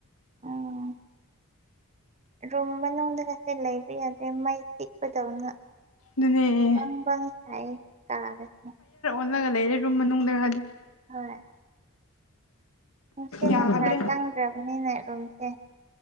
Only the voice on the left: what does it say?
ꯗꯨꯅꯦ
ꯆꯠꯂꯒ ꯂꯩꯔꯦ ꯔꯨꯝ ꯃꯅꯨꯡꯗꯔꯗꯤ
ꯌꯥꯗ꯭ꯔꯦ